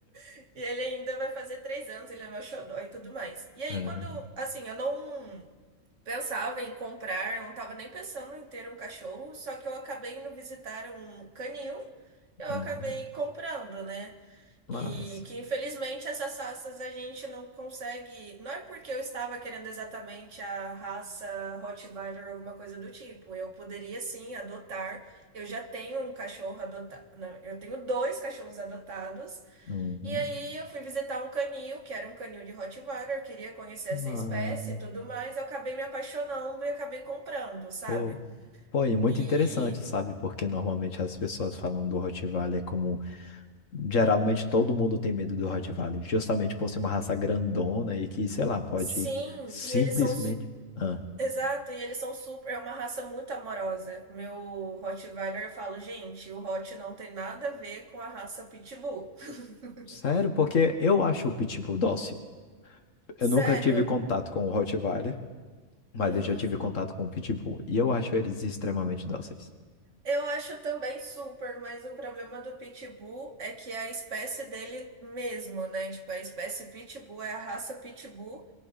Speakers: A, on the right; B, on the left.
A: <laughs> e ele ainda vai fazer três anos, ele é meu xodó e tudo mais. E aí,
B: Aham,
A: quando, assim, eu não pensava em comprar, eu não tava nem pensando em ter um cachorro, só que eu acabei indo visitar um canil, eu
B: uhum.
A: acabei comprando, né?
B: Mas,
A: E que infelizmente essas raças a gente não consegue. Não é porque eu estava querendo exatamente a raça Rottweiler ou alguma coisa do tipo. Eu poderia sim adotar. Eu já tenho um cachorro adotado. Eu tenho dois cachorros adotados.
B: uhum.
A: E aí eu fui visitar um canil, que era um canil de Rottweiler, queria conhecer
B: que
A: essa
B: massa.
A: espécie e tudo mais. Eu acabei me apaixonando e acabei comprando, sabe?
B: Pô, pô, e muito
A: E
B: interessante, sabe? Porque normalmente as pessoas falam do Rottweiler como Geralmente todo mundo tem medo do Rottweiler, justamente por ser uma raça grandona e que, sei lá, pode
A: sim,
B: simplesmente.
A: e eles são.
B: Ah,
A: Exato, e eles são super, é uma raça muito amorosa. Meu Rottweiler, eu falo, gente, o Hot não tem nada a ver com a raça Pitbull. <laughs>
B: sério, porque eu acho o Pitbull dócil. Eu
A: Sério.
B: nunca tive contato com o Rottweiler, mas
A: Uhum.
B: eu já tive contato com o Pitbull e eu acho eles extremamente dóceis.
A: Eu acho também super, mas o problema do Pitbull é que é a espécie dele mesmo, né? Tipo, a espécie Pitbull é a raça Pitbull.